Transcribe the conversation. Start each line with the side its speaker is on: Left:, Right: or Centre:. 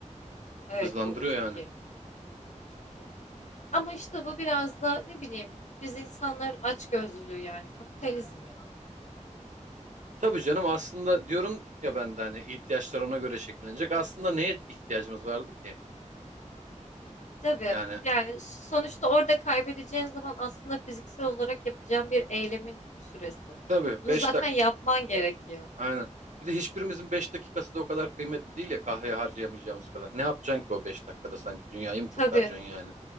Left: Evet
Right: Hızlandırıyor
Left: o, o çok
Right: yani.
Left: iyi. Çok iyi. Ama işte bu biraz da ne bileyim biz insanların açgözlülüğü yani kapitalizm ya.
Right: Tabii canım aslında diyorum ya ben de hani ihtiyaçlar ona göre şekillenecek. Aslında neye ihtiyacımız vardı ki?
Left: Tabii.
Right: Yani
Left: Yani sonuçta orada kaybedeceğin zaman aslında fiziksel olarak yapacağın bir eylemin süresi.
Right: tabii
Left: Bunu
Right: beş
Left: zaten
Right: dakika
Left: yapman gerekiyor.
Right: aynen. Bir de hiçbirimizin 5 dakikası da o kadar kıymetli değil ya kahveye harcayamayacağımız kadar. Ne yapacaksın ki o beş dakikada sanki dünyayı mı kurtaracaksın
Left: Tabii.
Right: yani?